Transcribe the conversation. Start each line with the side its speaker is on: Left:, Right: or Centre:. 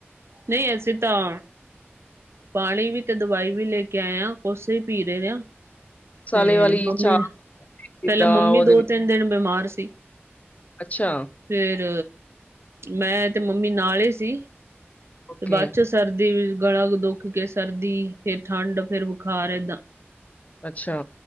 Right: ਨਹੀਂ ਅਸੀਂ ਤਾਂ ਪਾਣੀ ਵੀ ਤੇ ਦਵਾਈ ਵੀ ਲੈ ਕੇ ਆਏ ਹਾਂ ਕੋਸੇ ਹੀ ਪੀ ਰਹੇ ਆਂ।
Left: ਮਸਾਲੇ
Right: ਤੇ
Left: ਵਾਲੀ
Right: ਮੰਮੀ
Left: ਚਾਹ ਜਿੱਦਾਂ
Right: ਪਹਿਲਾਂ ਮੰਮੀ
Left: ਉਹਦੇ
Right: ਦੋ
Left: ਵਿੱਚ
Right: ਤਿੰਨ ਦਿਨ ਬਿਮਾਰ ਸੀ।
Left: ਅੱਛਾ।
Right: ਫੇਰ ਮੈਂ ਤੇ ਮੰਮੀ ਨਾਲ ਹੀ ਸੀ
Left: ਓਕੇ
Right: ਤੇ ਬਾਅਦ ਚ ਸਰਦੀ ਫਿਰ ਗਲ਼ਾ ਦੁੱਖ ਕੇ, ਸਰਦੀ ਫਿਰ ਠੰਡ ਫਿਰ ਬੁਖਾਰ ਏਦਾਂ।
Left: ਅੱਛਾ।